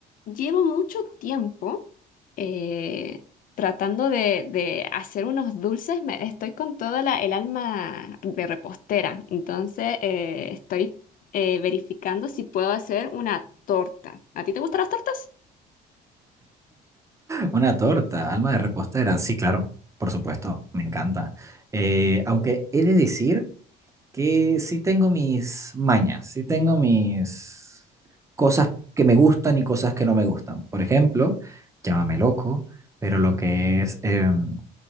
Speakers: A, on the left; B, on the right.
A: Llevo mucho tiempo eh, tratando de, de hacer unos dulces. Me- estoy con toda la, el alma de repostera. Entonces, eh, estoy eh, verificando si puedo hacer una torta. ¿A ti te gustan las tortas?
B: Una torta, alma de repostera, sí, claro, por supuesto, me encanta. Eh, aunque he de decir que sí tengo mis mañas, sí tengo mis cosas que me gustan y cosas que no me gustan. Por ejemplo, llámame loco, pero lo que es em,